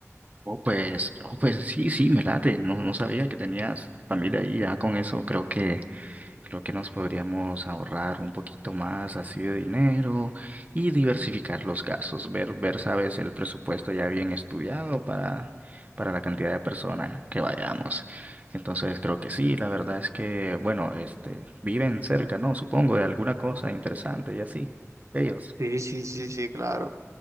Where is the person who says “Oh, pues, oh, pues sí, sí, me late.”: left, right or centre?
Right